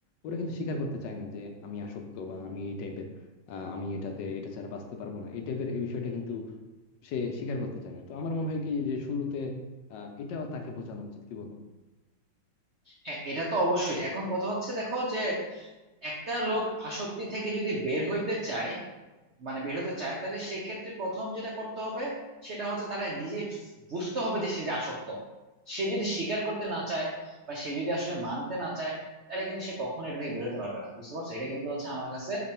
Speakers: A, on the left; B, on the right.
A: ওরা কিন্তু স্বীকার করতে চায় না যে আমি আসক্ত বা আমি এই টাইপের আহ, আমি এটাতে এটা ছাড়া বাঁচতে পারবো না এই টাইপের এই বিষয়টা কিন্তু সে স্বীকার করতে চায় না তো আমার মনে হয় কি যে শুরুতে আহ, এটাও তাকে বোঝানো উচিত কি বলো
B: হ্যাঁ এটা তো অবশ্যই এখন কথা হচ্ছে দেখো যে একটা লোক আসক্তি থেকে যদি বের হইতে চায় মানে বের হতে চায় তাহলে সেক্ষেত্রে প্রথম যেটা করতে হবে সেটা হচ্ছে তারা নিজে বুঝতে হবে যে সে যে আসক্ত সে যদি স্বীকার করতে না চায় বা সে যদি আসলে মানতে না চায় তাহলে কিন্তু সে কখনো এটা থেকে বেরোতে পারবে না বুঝতে পারছো এটা কিন্তু হচ্ছে আমার কাছে